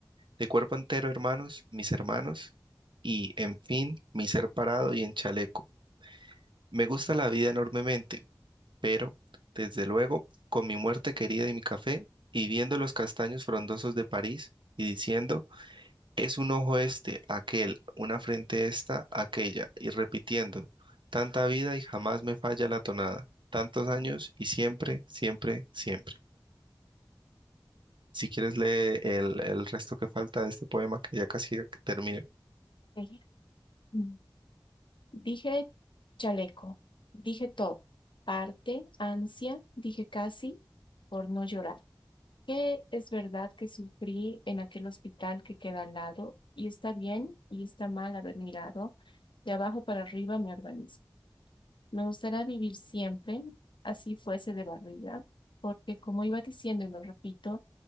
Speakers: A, on the right; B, on the left.
A: De cuerpo entero, hermanos, mis hermanos, y, en fin, mi ser parado y en chaleco. Me gusta la vida enormemente, pero, desde luego, con mi muerte querida y mi café, y viendo los castaños frondosos de París, y diciendo, es un ojo este, aquel, una frente esta, aquella, y repitiendo, tanta vida y jamás me falla la tonada, tantos años y siempre, siempre, siempre. Si quieres lee el, el resto que falta de este poema, que ya casi termina.
B: Ahí. Mm. Dije chaleco, dije todo, parte, ansia, dije casi, por no llorar. Que es verdad que sufrí en aquel hospital que queda al lado, y está bien y está mal haber mirado de abajo para arriba mi organismo. Me gustaría vivir siempre, así fuese de barriga, porque como iba diciendo y lo repito,